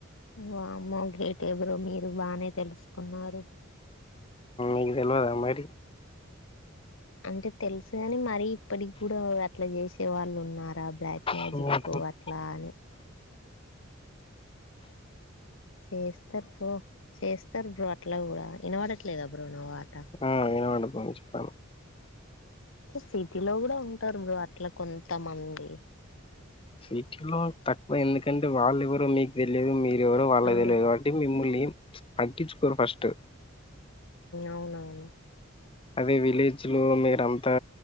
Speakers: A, on the left; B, on the left.
A: వా మ్మో గ్రేట్ ఏ బ్రో మీరు బాగానే తెలుసుకున్నారు
B: మీకు తెలువాదా మరి
A: అంటే తెలుసుగాని మరి ఇప్పటికి కూడా అట్లా చేసే వాళ్ళు ఉన్నారా సర్పేజిక్
B: హలో
A: అట్లా అని చేస్తారు బ్రో చేస్తారు బ్రో అట్లా కూడా వినపడట్లేదా బ్రో నా మట
B: ఆ వినపడుతుంది చెప్పండి
A: సిటీలో కూడా ఉంటారు బ్రో అట్లా కొంతమంది
B: సిటీ లో తక్కువ ఎందుకంటే వాళ్ళు ఎవ్వరు మీకు తెలియదు మీర్ నూవ్వ ఎవరు వాళ్ళకి
A: ఆ
B: తెలిదుకబట్టి మిమ్మల్ని పట్టించుకోరు ఫస్ట్
A: అవునవును
B: అదే విలేజ్ లో మీర అంతా